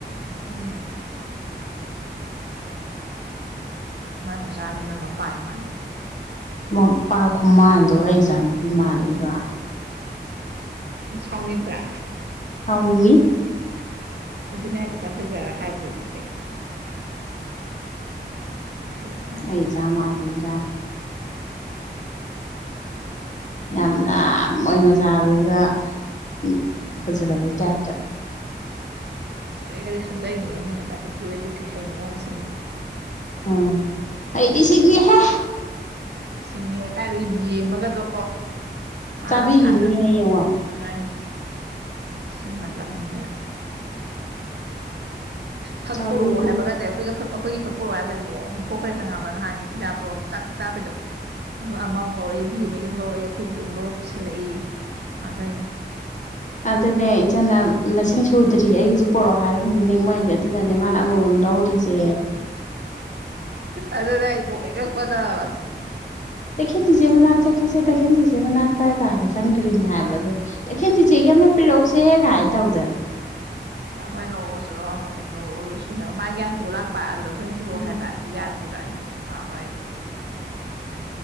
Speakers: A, on the left (about 40°); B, on the right (about 65°).
A: ꯎꯝ
B: ꯃꯥꯏ ꯃꯆꯥꯗꯨꯅ ꯃꯄꯥ ꯍ‌ꯦꯛ ꯃꯥꯟꯒ‌ꯩ
A: ꯃꯝꯄꯥ ꯈꯨꯃꯥꯟꯗꯣ ꯑꯩ ꯏꯆꯥ ꯅꯨꯄꯤ ꯃꯥꯜꯂꯤ ꯒꯥꯏ
B: ꯁꯥꯎꯅꯤꯡꯕ꯭ꯔꯥ
A: ꯁꯥꯎꯅꯤꯡꯉꯤ
B: ꯑꯗꯨꯅ‌ꯦ ꯍꯥꯏꯖ‌ꯦ ꯈ ꯐꯖꯔꯥ ꯍꯥꯏꯕ ꯑ‌ꯣꯏꯗꯤ ꯐꯩ ꯀꯩ ꯀꯥꯟꯅ
A: ꯑꯩ
B: ꯇꯧꯋꯤ
A: ꯏꯆꯥ ꯃꯥꯜꯂꯤ ꯒꯥꯏ ꯌꯥꯝꯅ ꯃꯣꯏ ꯃꯆꯥꯗꯨꯗ ꯎꯝ ꯐꯖꯔꯕꯩ ꯇꯥꯏꯞꯇ
B: ꯐꯖꯔꯦꯒꯗꯤ ꯈꯟꯖꯩꯅꯤꯌꯦ ꯃꯤ ꯃꯆꯥ ꯄꯤꯛꯇꯔꯨ ꯍ‌ꯦ ꯄꯤꯛꯈꯩ ꯍꯩꯅ ꯃꯔ‌ꯣꯝ ꯁꯤꯡꯉꯤꯕ
A: ꯑꯥꯎ ꯍꯩꯗꯤ ꯁꯤꯡꯉ‌ꯦꯍꯦ
B: ꯁꯤꯡꯉꯦ ꯍ‌ꯦ ꯀꯥꯏꯗꯒꯤ ꯕꯦꯝꯃꯒꯗꯣ ꯃꯥꯅ
A: ꯆꯥꯕꯤꯈꯤꯅꯤ
B: ꯁꯥꯟꯅꯕꯤ
A: ꯍꯌꯦꯡꯋꯥꯏ
B: ꯗꯨꯅ‌ꯦ ꯍꯥꯏꯔꯤꯁ‌ꯦ ꯁꯤꯡꯃꯟ ꯂꯥꯛꯃꯟꯗꯅ ꯐꯛ
A: ꯆꯥꯕꯤꯈꯤꯅꯤ
B: ꯄ‌ꯣꯔꯑ‌ꯣ ꯍꯥꯏꯕꯒꯖ‌ꯦ ꯑꯈꯣꯏꯒ ꯐꯛ ꯑꯈꯣꯏꯒꯤ ꯐꯛ ꯄꯣꯔꯣ ꯍꯥꯏꯕꯒꯖ‌ꯦ ꯗ‌ꯣꯝ ꯊ‌ꯣꯛꯈ꯭ꯔꯦ ꯈꯪꯉꯕ ꯅꯍꯥꯟꯒꯤ ꯐꯤꯗꯥ ꯄꯣꯔꯣꯞ ꯆꯥꯛ ꯆꯥꯕꯗꯣ ꯑꯗ‌ꯣ ꯑꯃꯥ ꯃꯨꯛ ꯂꯧꯔꯛꯏ ꯕ‌ꯦꯝꯃꯒꯤ ꯑꯃꯨꯛ ꯍꯧꯔꯛꯏ ꯑꯈ‌ꯣꯏꯒꯤ ꯑꯃꯨꯛ ꯂꯧꯔ ꯄꯨꯁꯜꯂꯛꯏ ꯃꯇꯩꯅ‌ꯦ
A: ꯑꯗꯨꯅꯦ ꯏꯆꯟ ꯅꯥ ꯅꯁꯤꯡ ꯁꯨꯗ꯭ꯔꯤ ꯑꯩꯒꯤꯖꯨ ꯄꯣꯔ‌ꯣ ꯍꯥꯏꯔꯝꯒꯅꯤ ꯃꯥꯏꯖ‌ꯦ ꯇꯨꯅꯅꯦ ꯃꯥ ꯅ ꯑꯃꯃꯝ ꯂꯧꯔꯤꯖ‌ꯦ
B: ꯑꯗꯨꯅ‌ꯦ ꯍꯥꯏꯖ‌ꯦ ꯅꯣꯛꯅꯤꯡ ꯉꯛꯄꯅꯕ
A: ꯇꯈꯦꯟ ꯆꯤꯆꯦ ꯃꯅꯥꯛ ꯆꯠꯀ‌ꯦꯁꯦ ꯇꯈꯦꯟ ꯆꯤꯆꯦ ꯃꯅꯥꯛꯇ ꯀꯥꯏꯅ ꯆꯪꯒ꯭ꯔꯤꯅ‌ꯦ ꯍꯥꯏꯕ ꯑꯗꯨ ꯇꯈꯦꯟ ꯆꯤꯆ‌ꯦꯒꯤ ꯑꯃꯥ ꯄꯤꯔꯛꯎꯁꯦ ꯀꯥꯏ ꯇꯧꯗꯅ
B: ꯑꯥ ꯑꯈꯣꯏ ꯂꯧꯔꯑꯣ ꯆꯠꯂꯣ ꯑꯃꯃꯝ ꯂꯧꯔꯛꯑꯣ ꯂꯣꯏ ꯁꯨꯅ ꯃꯥꯒꯤ ꯍꯥꯟ ꯄꯨꯨꯔꯂꯥꯛꯄ ꯑꯗꯨꯗ ꯑꯈꯣꯏ ꯄꯤꯔꯛꯑꯣ
A: ꯎꯝ
B: ꯍꯥꯏꯕ ꯑꯗꯨ ꯌꯥꯗ꯭ꯔꯤꯕ ꯅꯣꯛꯅꯤꯡ ꯉꯛꯑꯕ ꯑꯩꯗꯤ